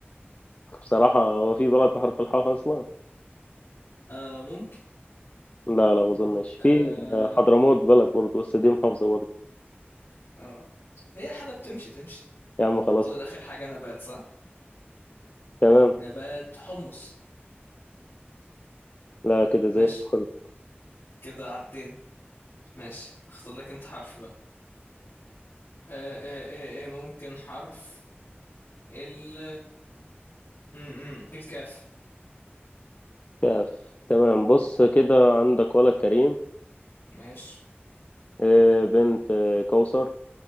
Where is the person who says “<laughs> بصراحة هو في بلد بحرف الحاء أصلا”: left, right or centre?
Left